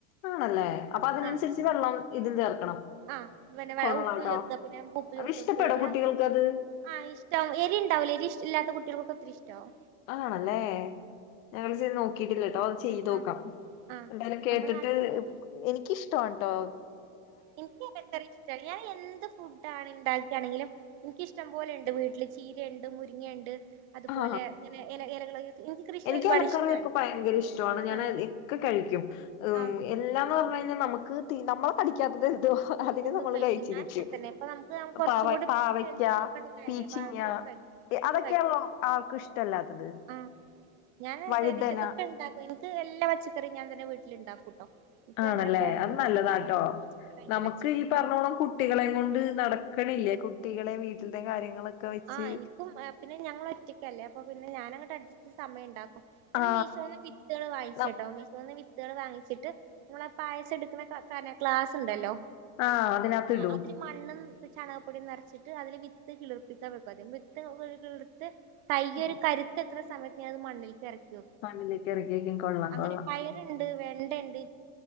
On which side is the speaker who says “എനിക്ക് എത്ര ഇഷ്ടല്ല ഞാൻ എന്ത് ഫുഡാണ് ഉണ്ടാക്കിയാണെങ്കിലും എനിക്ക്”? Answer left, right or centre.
Right